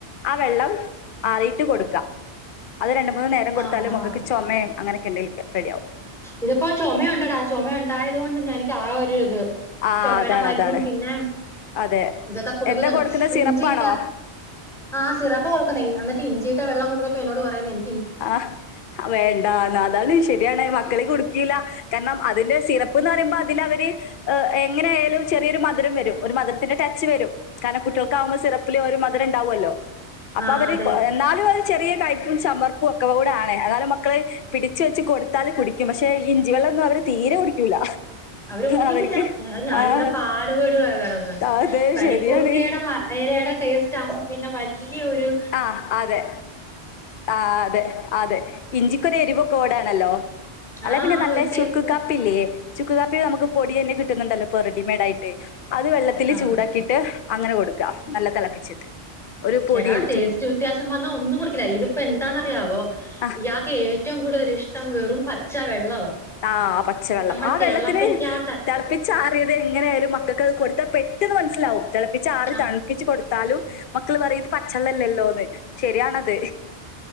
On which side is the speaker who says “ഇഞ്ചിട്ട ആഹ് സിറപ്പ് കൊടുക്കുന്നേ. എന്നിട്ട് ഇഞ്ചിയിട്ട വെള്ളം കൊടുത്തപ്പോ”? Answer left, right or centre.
Centre